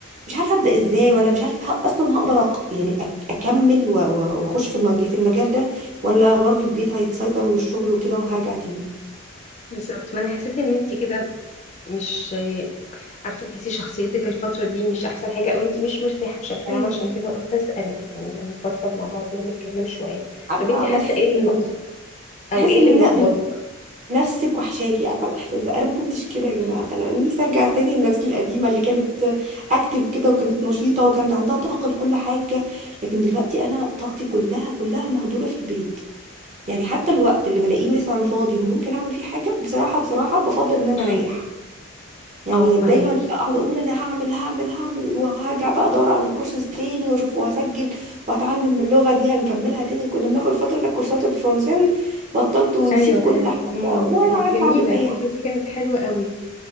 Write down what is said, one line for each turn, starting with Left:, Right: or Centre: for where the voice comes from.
Right: مش عارفة ابدأ ازاي ولا مش عارفة ه- اصلا هقدر أق... يعني أك... اكمل و... و... واخش في المجال في المجال ده ولا برضو البيت هيسيطر والشغل وكده وهرجع تاني
Left: بالظبط ما انا حسيت ان انتي كده مش عارفة تحسي شخصيتك الفترة دي مش احسن حاجة او انتي مش مرتاحة بشكل
Right: ايوه
Left: عام عشان كده قلت اسألك يعني لما نفضفض مع بعض ونتكلم شوية
Right: عارفة
Left: طب انتي
Right: ما
Left: حاسة
Right: تحس
Left: ايه اللي
Right: ان
Left: ناقصك
Right: تحس
Left: او ايه
Right: ان
Left: اللي ملخبطك
Right: نفسك وحشاكي عارفه الاحساس ده انا ما كنتش كده يا جماعه
Left: مم.
Right: انا أنا نفسي ارجع تاني لنفسي القديمه اللي كانت اكتف كده وكانت نشيطه وكانت عندها طاقه لكل حاجه لكن دلوقتي انا طاقتي كلها كلها مهدوره في البيت يعني حتى الوقت اللي بلاقيه مثلا فاضي ممكن اعمل فيه حاجه بصراحه بصراحه بفضل ان انا
Left: امم
Right: اريح يعني
Left: اه فهماكي
Right: دايما اقعد اقول انا هعمل هعمل هعمل وهرجع بقى ادور على الكورسز تاني واشوف وهسجل وهتعلم اللغه دي هنكملها تاني كنا بناخد فاكره الكورسات الفرنساوي بطلت ونسيت
Left: ايوه
Right: كل
Left: كانت
Right: حاجه
Left: امم
Right: ولا
Left: كانت
Right: عارفه
Left: جميلة
Right: اعمل اي
Left: الفترة
Right: حاجه
Left: دي كانت حلوة قوي